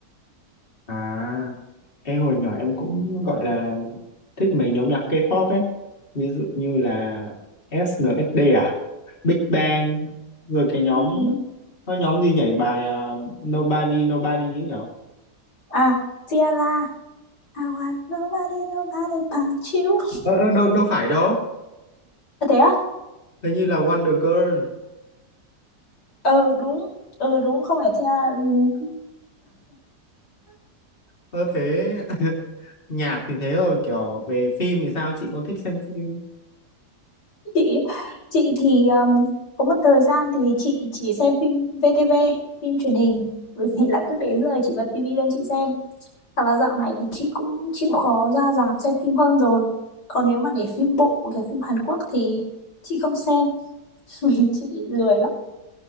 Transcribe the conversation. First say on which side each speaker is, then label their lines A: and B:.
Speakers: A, on the left; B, on the left.
A: À, em hồi nhỏ em cũng gọi là thích mấy nhóm nhạc K-pop ấy. Ví dụ như là SNSD à, Big Bang, rồi cái nhóm,
B: Ừm,
A: có nhóm gì nhảy bài à, Nobody Nobody ấy nhở?
B: à Ciara I want nobody nobody bằng you
A: Ờ, ờ, đâu, đâu phải đâu,
B: à, thế á
A: hình như là Wonder Girl.
B: ờ đúng ờ đúng không phải Ciara ừ.
A: Ơ thế <laughs> nhạc thì thế rồi kiểu về phim thì sao chị có thích xem phim
B: chị chị thì um, có một thời gian thì chị chỉ xem phim VTV phim truyền hình bởi vì là cứ đến giờ chị bật tivi lên chị xem thật là dạo này thì chị cũng chịu khó ra rạp xem phim hơn rồi còn nếu mà để phim bộ kiểu phim Hàn Quốc thì chị không xem <laughs> vì chị lười lắm